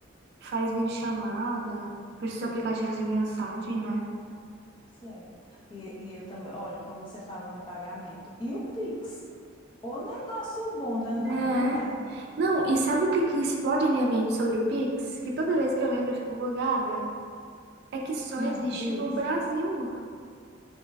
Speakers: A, on the right; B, on the left.
A: faz videochamada, por esses aplicativos de mensagem, né?
B: Isso é. E, e eu também, olha, como você falando em pagamento. E o Pix? O negócio bom danado,
A: É.
B: não é?
A: Não, e sabe o que que explode a minha mente sobre o Pix? Que toda vez que eu lembro eu fico bugada. É que só
B: Não,
A: existe
B: diz.
A: no Brasil.